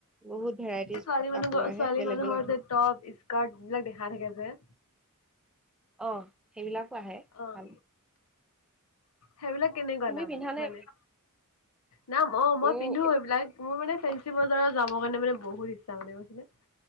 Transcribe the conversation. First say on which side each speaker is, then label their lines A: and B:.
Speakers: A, in the centre; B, on the left.
A: বহুত ভেৰাইটিজ
B: ছোৱালী
A: কাপোৰ
B: মানুহ
A: আহে
B: ছোৱালী
A: বেলেগ
B: মানুহৰ
A: বেলেগ ধৰ
B: যে টপ স্কাৰ্ট এইবিলাক দেখা থাকে যে।
A: অ', সেইবিলাকো আহে,
B: অ',
A: ভাল।
B: সেইবিলাক কেনেকুৱা
A: তুমি
B: দাম
A: পিন্ধা নে
B: মানে? নাম মই
A: উম
B: পিন্ধো এইবিলাক, মোৰ মানে ফেঞ্চি বজাৰত যাবৰ কাৰণে মানে বহুত ইচ্ছা মানে, বুজিছানে?